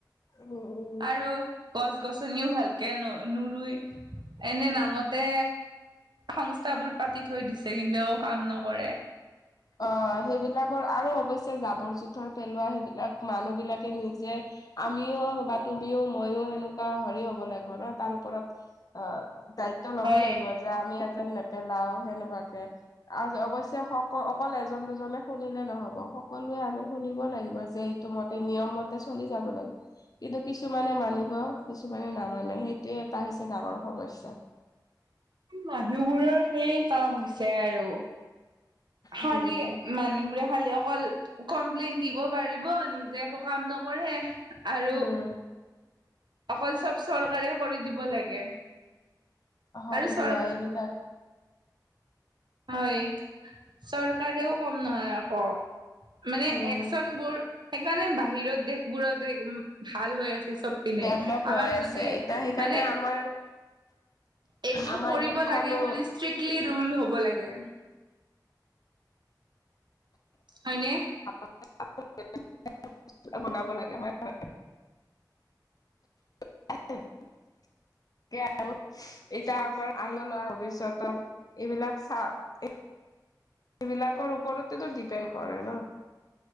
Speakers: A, on the left; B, on the right.
A: উম উম
B: আৰু গছ গছনিও ভালকে ন নৰুই এনে
A: উম
B: নামতে সংস্থাবোৰ পাতি থৈ দিছে ছে কিন্তু কাম নকৰে।
A: অ সেইবিলাকৰ আৰু অৱশ্য জাবৰ জোথৰ পেলোৱা সেইবিলাক মানুহ বিলাকে নিজে আমিও বা তুমিও মইও সেনেকুৱা হেৰি হ'ব লাগিব ন তাৰ ওপৰত অ দায়িত্ব লব
B: হয়
A: লাগিব যে আমি যেন নেপেলাও সেনেকুৱাকে আৰু অৱশ্য ক অকল এজন দুজনে শুনিলে নহব সকলোৱে আমি শুনিব লাগিব যে এইটো মতে নিয়ম মতে চলি যাব লাগে কিন্তু কিছুমানে মানিব কিছুমানে নামানে সেইটোৱে এটা হৈছে ডাঙৰ সমস্যা। <inaudible>
B: মানুহবোৰৰ সেইয় কাম হৈছে আৰু। খালি
A: উম
B: মানুহবোৰে ভালে অকল কমপ্লেইন দিব পাৰিব নিজে একো কাম নকৰে আৰু
A: উম
B: অকল চব চৰকাৰে কৰি দিব লাগে
A: হয়
B: আৰু চৰ
A: দিয়া এইবিলাক
B: হয় চৰকাৰেও কম নহয় আকৌ মানে
A: উম
B: একচন বোৰ সেইকাৰণে বাহিৰত দেশবোৰত ভাল হৈ আছে চব পিনে
A: ডেভলপ
B: আমাৰ
A: হৈ আছে
B: যদি
A: এতিয়া সেইকাৰণে
B: মানে
A: আমাৰ
B: এইবোৰ
A: আমাৰ
B: কৰিব
A: দেশখনো
B: লাগে বুলি ষ্ট্ৰিক লি ৰুল হ'ব লাগে হয়নে?
A: <unintelligible> বনাব লাগে হয় হয় <unintelligible> তাকে আৰু এতিয়া আমাৰ আহ লোৱা ভৱিষ্যতৰ এইবিলাক চা ই। <unintelligible> সেইবিলাকৰ ওপৰতেতো ডিপেণ্ড কৰে ন